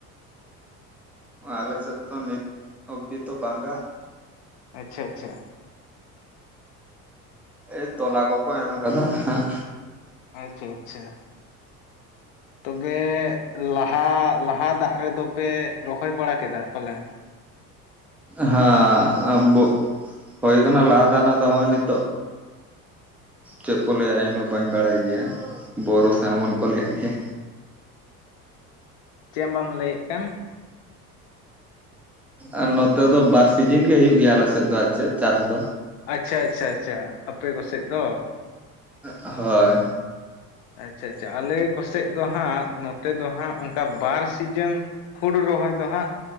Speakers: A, in the centre; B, on the left.
A: ᱟᱞᱮ ᱥᱮᱫ ᱫᱚ ᱱᱤᱛ ᱚᱵᱽᱫᱤ ᱛᱚ ᱵᱟᱝᱟ
B: ᱟᱪᱪᱷᱟ ᱟᱪᱪᱷᱟ
A: ᱮ ᱛᱚᱞᱟ ᱠᱚᱠᱚ ᱮᱢ ᱟᱠᱟᱫᱟ ᱦᱟᱸᱜ
B: ᱟᱪᱪᱷᱟ ᱟᱪᱪᱷᱟ ᱛᱚᱵᱮ ᱞᱟᱦᱟ ᱞᱟᱦᱟ ᱫᱟᱜ ᱨᱮᱫᱚ ᱯᱮ ᱨᱚᱦᱚᱭ ᱵᱟᱲᱟ ᱠᱮᱫᱟ ᱛᱟᱦᱚᱞᱮ
A: ᱦᱮᱸ <unintelligible> ᱵ ᱦᱩᱭᱟᱠ ᱞᱟᱦᱟ ᱫᱟᱱᱟᱜ ᱫᱚ ᱦᱚᱜᱚᱭ ᱱᱤᱛᱚᱜ ᱪᱮᱫ ᱠᱚ ᱞᱟᱹᱭᱟ ᱤᱧ ᱦᱚᱸ ᱵᱟᱹᱧ ᱵᱟᱲᱟᱭ ᱜᱮᱭᱟ ᱵᱚᱨᱟ ᱥᱮ ᱟᱢᱚᱱ ᱠᱚ ᱞᱟ. ᱭᱟᱜ ᱜᱮᱭᱟ
B: ᱪᱮᱫ ᱵᱟᱢ ᱞᱟᱹᱭᱮᱫ ᱠᱟᱱ
A: ᱟᱨ ᱱᱚᱛᱮ ᱫᱚ ᱵᱟᱨ ᱥᱤᱡᱤᱱ ᱜᱮ ᱦᱳᱭᱳᱜ ᱜᱮᱭᱟ ᱟᱞᱮᱥᱮᱫ ᱫᱚ ᱟᱨ ᱪᱮᱫ ᱪᱟᱥ ᱫᱚ
B: ᱟᱪᱪᱷᱟ ᱟᱪᱪᱷᱟ ᱟᱪᱪᱷᱟ ᱟᱯᱮ ᱠᱚᱥᱮᱫ ᱫᱚ
A: ᱦᱳᱭ
B: ᱟᱪᱪᱷᱟ ᱟᱪᱪᱷᱟ ᱟᱞᱮ ᱠᱚᱥᱮᱡ ᱫᱚ ᱦᱟᱸᱜ ᱱᱚᱛᱮ ᱫᱚ ᱦᱟᱸᱜ ᱚᱱᱠᱟ ᱵᱟᱨ ᱥᱤᱡᱤᱱ ᱦᱩᱲᱩ ᱨᱚᱦᱚᱭ ᱫᱚ ᱦᱟᱸᱜ